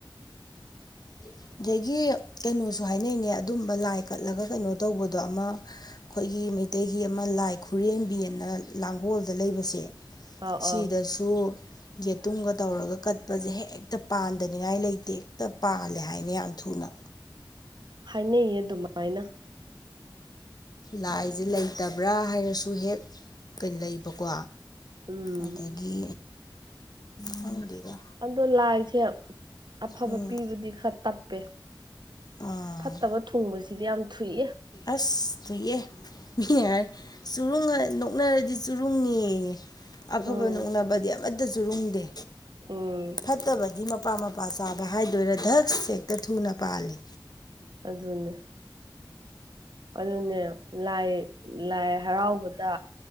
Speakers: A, on the left; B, on the right.
A: <unintelligible> ꯑꯗꯒꯤ ꯀꯩꯅꯣꯁꯨ ꯍꯥꯏꯅꯩꯅꯦ ꯑꯗꯨꯝꯕ ꯂꯥꯏ ꯀꯠꯂꯒ ꯀꯩꯅꯣ ꯇꯧꯕꯗꯣ ꯑꯃ ꯑꯩꯈꯣꯏꯒꯤ ꯃꯩꯇꯩꯒꯤ ꯑꯃ ꯂꯥꯏ ꯈꯨꯔꯦꯝꯕꯤ ꯑꯅ ꯂꯥꯡꯒꯣꯜꯗ ꯂꯩꯕꯁꯦ
B: ꯑꯥ
A: ꯁꯤꯗꯁꯨ
B: ꯑꯥ
A: ꯌꯦꯇꯨꯝꯒ ꯇꯧꯔꯒ ꯀꯠꯄꯁꯦ ꯍꯦꯛꯇ ꯄꯥꯟꯗꯅꯤꯡꯉꯥꯏ ꯂꯩꯇꯦ ꯍꯦꯛꯇ ꯄꯥꯜꯂꯦ ꯍꯥꯏꯅ ꯌꯥꯝ ꯊꯨꯅ
B: ꯍꯥꯏꯅꯩꯌꯦ ꯑꯗꯨꯃꯥꯏꯅ
A: ꯂꯥꯏꯁꯦ ꯂꯩꯇꯕ꯭ꯔꯥ ꯍꯥꯏꯔꯁꯨ ꯍꯦꯛ ꯀꯩ ꯂꯩꯕꯀꯣ
B: ꯎꯝ
A: ꯑꯗꯒꯤ ꯈꯪꯗꯦꯗ
B: ꯑꯗꯣ ꯂꯥꯏꯁꯦ ꯑꯐꯕ
A: ꯎꯝ
B: ꯄꯤꯕꯗꯤ ꯈꯔ ꯇꯞꯄꯦ
A: ꯑꯥ
B: ꯐꯠꯇꯕ ꯊꯨꯡꯕꯁꯤꯗꯤ ꯌꯥꯝ ꯊꯨꯏꯑꯦ
A: ꯑꯁ ꯊꯨꯏꯌꯦ ꯃꯤꯅꯦ ꯍꯥꯏꯔ ꯆꯨꯔꯨꯡ ꯅꯣꯛꯅꯔꯗꯤ ꯆꯨꯔꯨꯡꯉ‌ꯦ ꯑꯐꯕ
B: ꯎꯝ
A: ꯅꯣꯛꯅꯕꯗꯤ ꯑꯃꯠꯇ ꯆꯨꯔꯨꯡꯗꯦ
B: ꯎꯝ
A: ꯐꯠꯇꯕꯗꯤ ꯃꯄꯥ ꯃꯄꯥ ꯆꯥꯕ ꯍꯥꯏꯗꯣꯏꯔꯥ ꯙꯛꯁ ꯍ‌ꯦꯛꯇ ꯊꯨꯅ ꯄꯥꯜꯂꯤ
B: ꯑꯗꯨꯅ‌ꯦ ꯑꯗꯨꯅꯦ ꯂꯥꯏ ꯂꯥꯏ ꯍꯔꯥꯎꯕꯗ